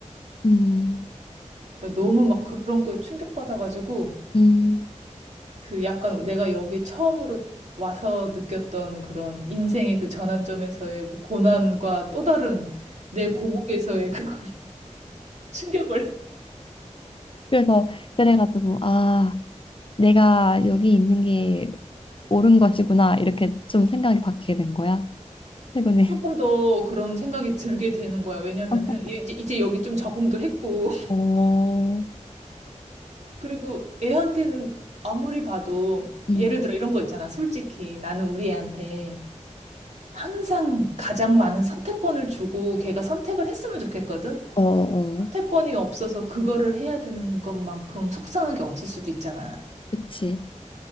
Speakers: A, on the left; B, on the right.
A: 음,
B: 나 너무 막 그런 거에 충격받아가지고,
A: 음.
B: 그 약간 내가 여기 처음으로 와서 느꼈던 그런 인생의 그 전환점에서의 그 고난과 또 다른 내 고국에서의 그 <laughs> 충격을
A: 그래서 그래가지고 아, 내가 여기 있는 게 옳은 것이구나 이렇게 좀 생각이 바뀌게 된 거야, 최근에.
B: 조금 더 그런 생각이 들게 되는 거야. 왜냐면은
A: <laughs>
B: 얘 이제, 이제 여기 좀 적응도 했고 <laughs>
A: 어,
B: 그리고 애한테는 아무리 봐도
A: 음,
B: 예를 들어 이런 거 있잖아. 솔직히 나는 우리 애한테 항상 가장 많은 선택권을 주고 걔가 선택을 했으면 좋겠거든.
A: 어, 어,
B: 선택권이 없어서 그거를 해야 되는 것만큼 속상한 게 없을 수도 있잖아.
A: 그치,